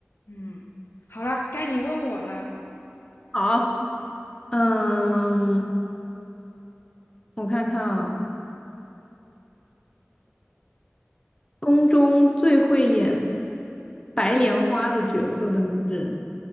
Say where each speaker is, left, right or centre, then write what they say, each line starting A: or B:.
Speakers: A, on the left (about 55°); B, on the left (about 20°).
A: 嗯，好了，该你问我了。
B: 好，嗯，我看看啊。宫中最会演白莲花的角色的人，